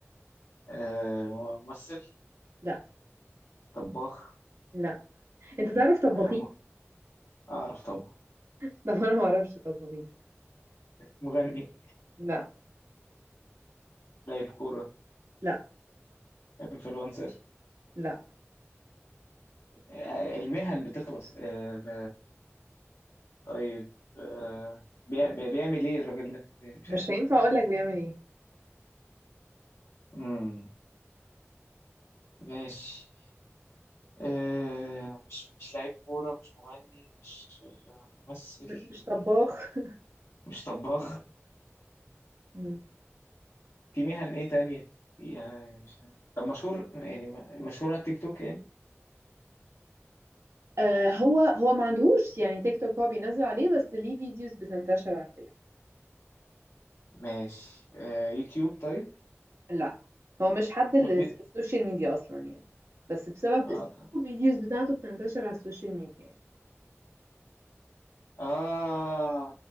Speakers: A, on the left; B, on the right.
A: آه ممثل
B: لا
A: طباخ
B: لا أنت تعرف طباخين؟
A: آه م... اعرف طبعا
B: <laughs> طب أنا ما أعرفش طباخين
A: مغني
B: لا
A: لاعب كورة
B: لا
A: انفلونسر
B: لا
A: آه المهن بتخلص آه ب... طيب آه بيع- بيعمل ايه الراجل ده مش
B: مش
A: عارف
B: هينفع أقول لك بيعمل إيه
A: امم ماشي آه، مش مش لعيب كورة مش مغني مش ممثل
B: م- مش طباخ
A: مش طباخ
B: مم.
A: في مهن ايه تانية فيها مش عارف. طب مشهور يعني مشهور على التيك توك يعني
B: آه هو هو ما عندهوش يعني تيك توك هو بينزل عليه بس ليه فيديوز بتنتشر على التيك توك
A: ماشي آه يوتيوب طيب
B: لا هو مش حد اللي
A: امال في-
B: في السوشيال ميديا أصلا يعني بس بسبب
A: اه طيب.
B: الفيديوز بتاعته بتنتشر على السوشيال ميديا يعني
A: اه